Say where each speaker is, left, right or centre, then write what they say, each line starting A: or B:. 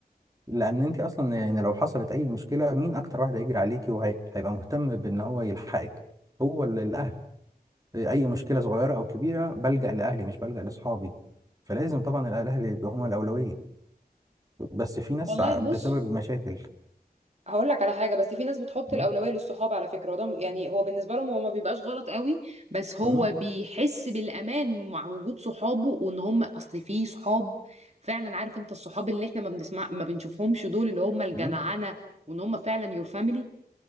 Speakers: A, on the right; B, on the right.
A: لان انت اصلا يعني لو حصلت اي مشكله مين اكتر واحد هيجري عليكي وهيبقى مهتم بان هو يلحقك هو ال- الاهل اي مشكله صغيره او كبيره بلجأ لاهلي مش بلجأ لاصحابي فلازم طبعا الاهل يبقى هما الاولويه بس في ناس
B: والله
A: ع- بسبب
B: بص
A: المشاكل
B: هقول لك على حاجه بس في ناس بتحط
A: م?
B: الاولويه للصحاب على فكره وده م- يعني هو بالنسبه لهم هو ما بيبقاش غلط قوي بس هو
A: م?
B: بيحس بالامان مع وجود صحابه وان هم اصل في صحاب فعلا عارف انت الصحاب اللي احنا ما بنسمع ما بنشوفهمش دول اللي هم الجدعنه
A: م?
B: وان هم فعلا يور فاميلي